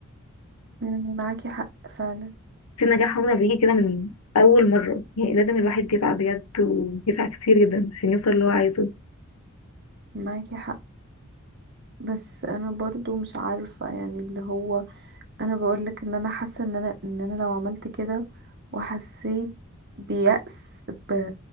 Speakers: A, on the right; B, on the left.
A: مم. معاكي حق فعلا
B: في نجاح عمره بيجي كده من أول مرة يعني لازم الواحد يسعى بجد ويسعى كتير جدا عشان يوصل اللي هو عايزه
A: معاكي حق بس انا برضو مش عارفة يعني اللي هو انا بقولك ان انا حاسة ان انا ان انا لو عملت كده وحسيت بيأس ب...